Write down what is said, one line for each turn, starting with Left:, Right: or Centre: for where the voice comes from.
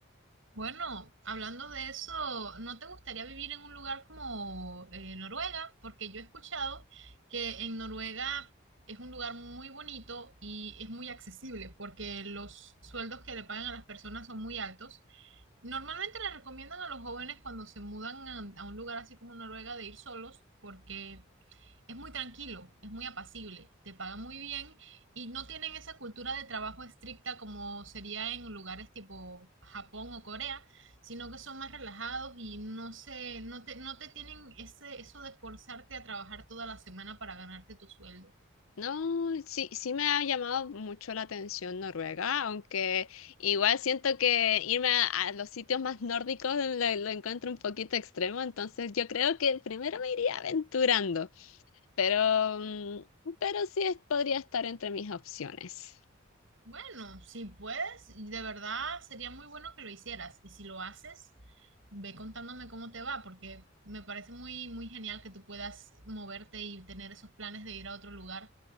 Right: Bueno, hablando de eso, ¿no te gustaría vivir en un lugar como eh, Noruega? Porque yo he escuchado que en Noruega es un lugar muy bonito y es muy accesible porque los sueldos que le pagan a las personas son muy altos Normalmente les recomiendan a los jóvenes cuando se mudan a, a un lugar así como Noruega de ir solos porque es muy tranquilo, es muy apacible, te pagan muy bien y no tienen esa cultura de trabajo estricta como sería en lugares tipo Japón o Corea, sino que son más relajados y no se, no te, no te tienen ese, eso de forzarte a trabajar toda la semana para ganarte tu sueldo.
Left: No, sí, sí me ha llamado mucho la atención Noruega, aunque igual siento que irme a, a los sitios más nórdicos lo, lo encuentro un poquito extremo, entonces yo creo que primero me iría aventurando, pero, mm, pero sí es- podría estar entre mis opciones.
Right: Bueno, si puedes, y de verdad sería muy bueno que lo hicieras. Y si lo haces, ve contándome cómo te va, porque me parece muy, muy genial que tú puedas moverte y tener esos planes de ir a otro lugar.